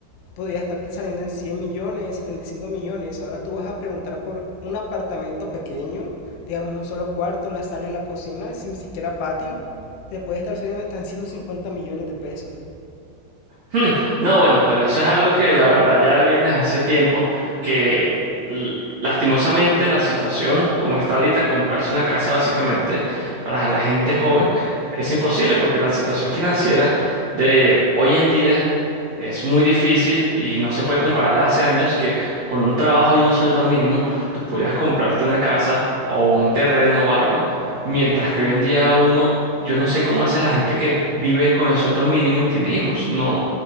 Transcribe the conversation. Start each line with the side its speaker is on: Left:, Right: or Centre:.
Left: podría estarte saliendo en 100 millones, 75 millones. Ahora tú vas a preguntar por un apartamento pequeño, digamos un solo cuarto, la sala y la cocina, sin siquiera patio. Te puede estar saliendo hasta en 150 millones de pesos.
Right: Hmm, No, bueno, pero eso es algo que la verdad ya viene hace tiempo, que l- lastimosamente la situación como está ahorita, comprarse una casa básicamente para la gente joven es imposible porque la situación financiera de hoy en día es muy difícil y no se puede compararla hace años que con un trabajo y un sueldo mínimo tú podías comprarte una casa o un terreno o algo, mientras que hoy en día uno, yo no sé cómo hace la gente que vive con el sueldo mínimo y tiene hijos, no.